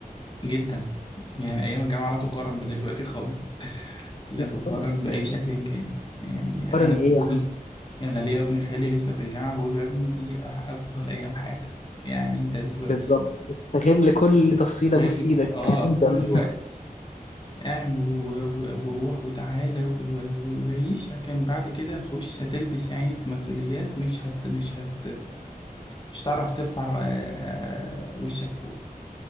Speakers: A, on the left; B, on the left.
A: جدا يعني ايام الجامعه لا تقارن بدلوقتي خالص لا
B: لا
A: تقارن
B: خالص مفيش
A: باي شكل كان يعني
B: مقارن
A: انا
B: ايه
A: بقول
B: يا عم
A: انا ليا ابن خالي لسه في الجامعه بقول له يا ابني دي أح- افضل ايام حياتك يعني انت دلوقتي
B: بالظبط استغل كل تفصيلة
A: غير
B: بوس ايدك
A: اه
B: هتندم
A: كل وقت اعمل و... و... وروح وتعالى و... و... وعيش لكن بعد كده هتخش هتلبس يعني في مسؤوليات مش هت مش هت مش هتعرف ترفع آه، وشك فوق